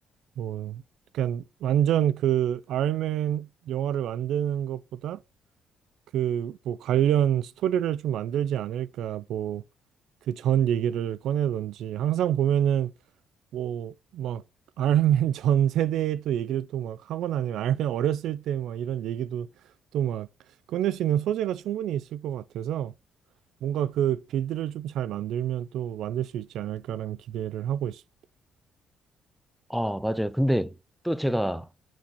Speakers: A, on the right; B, in the centre.
A: 뭐, 그러니까 완전 그 아이언맨 영화를 만드는 것보다 그 뭐 관련 스토리를 좀 만들지 않을까 뭐 그 전 얘기를 꺼내던지 항상 보면은 뭐 막 아이언맨 <laughs> 전 세대의 또 얘기를 또 막 하거나 아니면 아이언맨 어렸을 때 막 이런 얘기도 또 막 꺼낼 수 있는 소재가 충분히 있을 것 같아서 뭔가 그 빌드를 좀 잘 만들면 또 만들 수 있지 않을까라는 기대를 하고 있습니다.
B: 아, 맞아요. 근데 또 제가